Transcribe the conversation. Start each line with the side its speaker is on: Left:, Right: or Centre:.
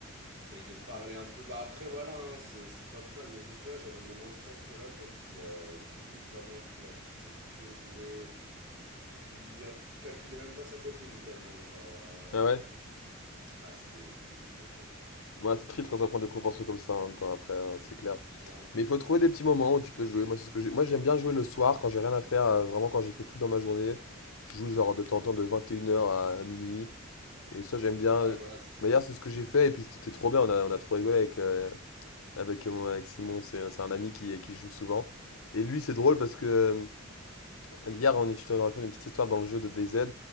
Right: et de parler un peu. Bah après, voilà, hein, c'est c'est pas plus mal. Mais je me souviens, j'avais mon ancien coloc là qui euh, qui était comme un fou là, qui faisait que jouer, puis il, il il calculait même pas sa copine tellement, genre. euh,
Left: Ah ouais?
Right: Ah, c'était c'était un truc de fou.
Left: Ouais, c'est triste quand ça prend des proportions comme ça en même temps après, hein, c'est clair.
Right: Ouais.
Left: Mais il faut trouver des petits moments où tu peux jouer. Moi, c'est ce que j'ai- Moi, j'aime bien jouer le soir quand j'ai rien à faire, euh, vraiment quand j'ai fait tout dans ma journée. Je joue genre
Right: Mm.
Left: de temps en temps de 21h à, à minuit. Et ça, j'aime bien.
Right: Ouais, voilà, c'est ça.
Left: Bah, hier, c'est ce que j'ai fait et puis c'était trop bien. On a, on a trop rigolé avec, euh, avec, mon- avec Simon. C'est c'est un ami qui, qui joue souvent. Et lui, c'est drôle
Right: Mm.
Left: parce que euh, Hier, on, est- je te raconte une petite histoire dans le jeu de DayZ.